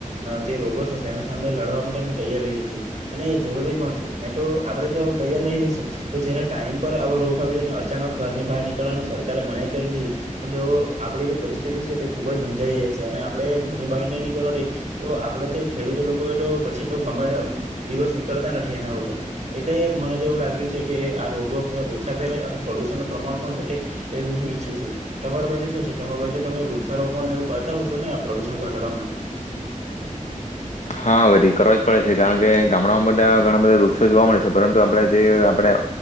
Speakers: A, on the right; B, on the left.
A: જે રોગો છે તેને સામે લડવા માટે અમે તૈયાર રહીએ છીએ અને એ જરૂરી પણ છેને, તો આપણે જો તૈયાર નહી રહીશું તો જયારે ટાઈમ પર આવો રોગ આવ્યો અને અચાનક ઘરની બહાર નીકળવાનો સરકારે મનાય કરી દીધી અને તો આપણી જે પરિસ્થિતિ છે તે ખુબજ મૂંઝાય જઈ જાય છે, અને આપણે ઘરની બહાર નહી નીકળવા દે તો આપણે ત્યાં ખેડૂતો લોકો, એ તો પછી તો ગમે એમ દિવસ નીકળતા નથી એના વગર એટલે મને તો એવું લાગ્યું છે કે આ રોગો હવે ઓછા ફેલાય અને પ્રદુષણનું પ્રમાણ પણ ઘટે એવું હું ઈચ્છું છું, તમાર બાજુ શું છે, તમાર બાજુ તો તમે વૃક્ષારોપણ એવું કરતા હો છો, ને આ પ્રદુષણ ઘટાડવા માટે?
B: હા, વડીલ કરવા જ પડે છે કારણ કે ગામડાઓમાં બધા ઘણા બધા વૃક્ષો જોવા મળે છે, પરંતુ આપણા જે આપણે